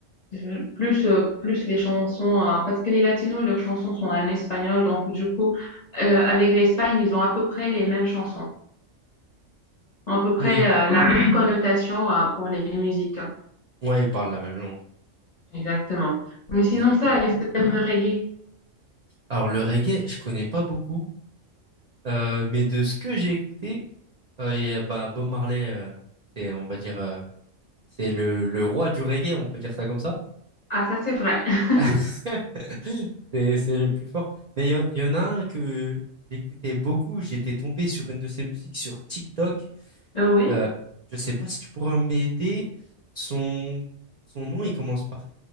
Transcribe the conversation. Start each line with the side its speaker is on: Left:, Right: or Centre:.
Left: Je- plus, euh, plus les chansons, euh, parce que les latinos, leurs chansons sont en espagnol, donc du coup, euh, avec l'Espagne, ils ont à peu près les mêmes chansons, à peu près
Right: Oui.
Left: euh, la même connotation euh, pour les musiques.
Right: Ouais, ils parlent la même langue.
Left: Exactement. Mais sinon,
Right: Mais
Left: ça,
Right: euh,
Left: avec ce thème de reggae,
Right: alors le reggae, je connais pas beaucoup, euh, mais de ce que j'ai écouté, euh, et, euh, bah Bob Marley, euh, c'est on va dire euh, c'est le le roi du reggae, on peut dire ça comme ça.
Left: ah, ça, c'est vrai. <laughs>
Right: <laughs> C'est c'est le plus fort. Mais il y, en il y en a un que j'écoutais beaucoup. J'étais tombé sur une de ses musiques sur TikTok.
Left: Euh, Oui.
Right: Euh, je sais pas si tu pourras m'aider. Son son nom, il commence par